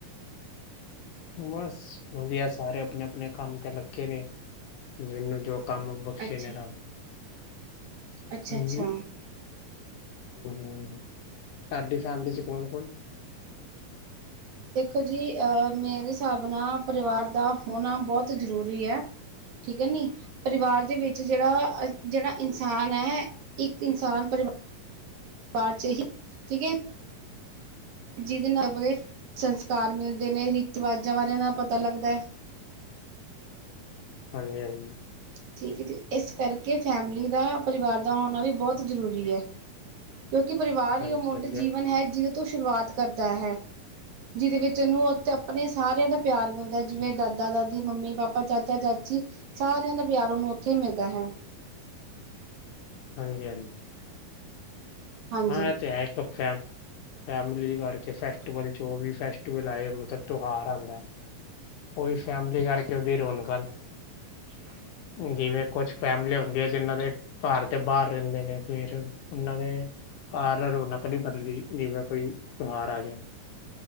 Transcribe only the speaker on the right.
ਅੱਛਾ
ਅੱਛਾ
ਅੱਛਾ
ਦੇਖੋ ਜੀ ਅਹ ਮੇਰੇ ਹਿਸਾਬ ਨਾਲ ਪਰਿਵਾਰ ਦਾ ਹੋਣਾ ਬਹੁਤ ਜ਼ਰੂਰੀ ਐ। ਠੀਕ ਆ ਕਿ ਨੀ। ਪਰਿਵਾਰ ਦੇ ਵਿੱਚ ਜਿਹੜਾ ਜਿਹੜਾ ਇਨਸਾਨ ਐ ਇੱਕ ਇਨਸਾਨ ਪਰਿ ਪਰਿਵਾਰ ਚ ਹੀ ਠੀਕ ਐ। ਜਿਹਦੇ ਨਾਲ ਆਪਣੇ ਸੰਸਕਾਰ ਮਿਲਦੇ ਨੇ, ਰੀਤ-ਰਿਵਾਜਾਂ ਬਾਰੇ ਉਹਨਾਂ ਦਾ ਪਤਾ ਲੱਗਦਾ।
ਠੀਕ ਐ ਜੀ, ਇਸ ਕਰਕੇ ਫੈਮਿਲੀ ਦਾ ਪਰਿਵਾਰ ਦਾ ਹੋਣਾ ਵੀ ਬਹੁਤ ਜ਼ਰੂਰੀ ਐ। ਕਿਉਂਕਿ ਪਰਿਵਾਰ
ਹੀ ਉਹ ਮੁੱਢ
ਜੀਵਨ
ਹੈ, ਜਿਹਦੇ ਤੋਂ ਸ਼ੁਰੂਆਤ ਕਰਦਾ ਹੈ, ਜਿਹਦੇ ਵਿੱਚ ਉਹਨੂੰ ਆਪਣੇ ਸਾਰਿਆਂ ਦਾ ਪਿਆਰ ਮਿਲਦਾ ਜਿਵੇਂ ਦਾਦਾ-ਦਾਦੀ, ਮੰਮੀ-ਪਾਪਾ, ਚਾਚਾ-ਚਾਚੀ। ਸਾਰਿਆਂ ਦਾ ਪਿਆਰ ਉਹਨੂੰ ਉੱਥੇ ਹੀ ਮਿਲਦਾ ਹੈ
ਹਾਂਜੀ
ਠੀਕ ਹੈ